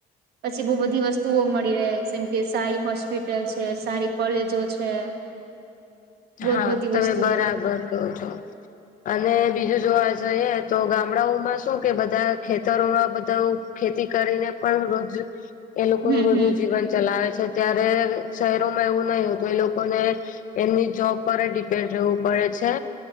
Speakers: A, on the right; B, on the left.
A: પછી બહુ બધી વસ્તુઓ મળી રહે જેમ કે સારી હોસ્પિટલ છે, સારી કોલેજો છે. બહુ
B: હા
A: બધી
B: તમે
A: વસ્તુઓ
B: બરાબર કહો છો. અને બીજું જોવા જઈએ તો ગામડાઓમાં શું કે બધા ખેતરોમાં બધા ખેતી કરીને પણ રોજ એ લોકો
A: હમ
B: બધું
A: હમ
B: જીવન ચલાવે છે. ત્યારે શહેરોમાં એવું નહી હોતું એ લોકોને એમની જોબ પર ડિપેન્ડ રહેવું પડે છે